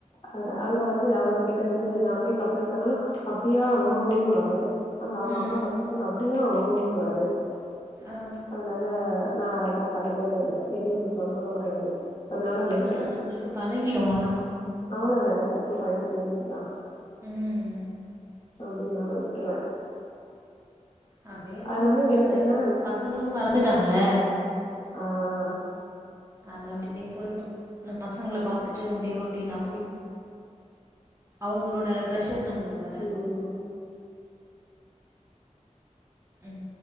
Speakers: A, on the left; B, on the right.
A: அ அங்க வந்து அவரு கிட்டருந்து நா போய் கம்பளைண்ட் பண்ணாலு அப்படியா உ உ ன்னுவாரு அங்க அவங்க
B: ம்
A: அம்மா கம்ப்ளைண்ட் பண்ண அப்படியா உ உ னுவாரு
B: ஆ
A: அதனால நா அதெல்லா கண்டுகரதே இல்ல எதையு போய் சொல்றது கிடையாது சொன்னாலு வேஸ்ட்டு
B: அவ்ளோதா நம்பளுக்கு பழகிடு அவ்ளோதா
A: அவ்ளதான் எல்லாத் கொஞ் பழகி தெரிஞ்சதுதா
B: உம்
A: அப்படி நானா விட்ருவே
B: அப்படியே இருக்க
A: அதனால
B: வேண்டியதுதா
A: எனக்கு
B: லைப்
A: என்னன்னா
B: பசங்களு வளந்துட்டாங்கல
A: ஆஹ்
B: அது அப்படியே போயிடு இன்னு பசங்கள பாத்துட்டு அப்படியே ரொட்டினா போயிடும் அவங்களோட பிரஷர் நம்மளுக்கு வராது
A: ம்
B: உம்